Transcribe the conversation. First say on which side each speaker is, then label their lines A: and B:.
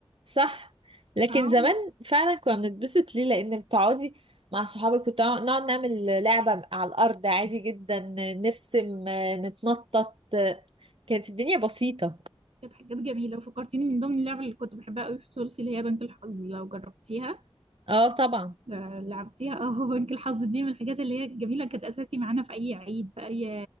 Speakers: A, on the right; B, on the right.
A: صح لكن
B: اه
A: زمان فعلا كنا بنتبسط ليه لان بتقعدي مع صحابك وتقعد- نقعد نعمل لعبة على الارض عادي جدا نرسم نتنطط كانت الدنيا بسيطة
B: كانت حاجات جميلة وفكرتيني من ضمن اللعب اللي كنت بحبها قوي في طفولتي اللي هي بنك الحظ لو جربتيها
A: اه طبعا
B: آه، لعبتيها اه <laughs> بنك الحظ دي من الحاجات اللي هي الجميلة كانت أساسي معانا في أي عيد في أي